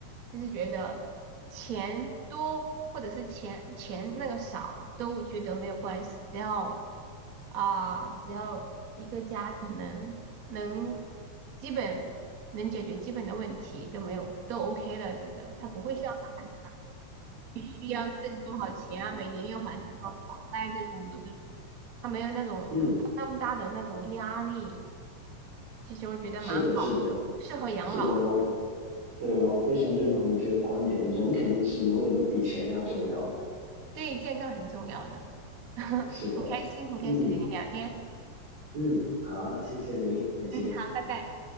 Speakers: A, on the right; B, on the right.
A: 就是觉得钱多或者是钱钱那个少都觉得没有关系，只要啊、只要一个家庭能能基本能解决基本的问题都没有都 OK 的，觉得他不会像上海需要挣多少钱啊，每年要还多少房贷这种的这种，他没有那种没有那么大的那种压力，
B: 嗯，
A: 其实我觉得蛮好，
B: 是的，是的，
A: 的，适合养老。
B: 是的哦，我对我非常认同你这个观点，人肯定是永远都比钱要重要的。
A: 对健康很重要的。<laughs>
B: 是的，
A: 很开心，很开心和你聊天。
B: 嗯嗯，好，谢谢你，再见。
A: 嗯，好，拜拜。